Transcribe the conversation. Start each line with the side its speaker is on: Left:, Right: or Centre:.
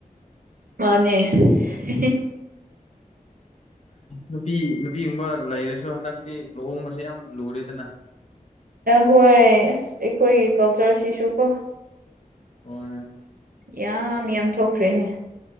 Right: ꯃꯥꯅꯦ <unintelligible>
Left: ꯅꯨꯄꯤ ꯅꯨꯄꯤꯒꯨꯝꯕ ꯂꯩꯔꯁꯨ ꯍꯟꯗꯛꯇꯤ ꯂꯨꯍꯣꯡꯕꯁꯦ ꯌꯥꯝ ꯂꯨꯔꯦꯗꯅ
Right: ꯍꯣꯏ ꯑꯁ ꯑꯩꯈꯣꯏꯒꯤ ꯀꯜꯆꯔꯁꯤꯁꯨ ꯀꯣ
Left: ꯑꯣ
Right: ꯌꯥꯝ ꯌꯥꯝ ꯊꯣꯛꯈ꯭ꯔꯦꯅꯦ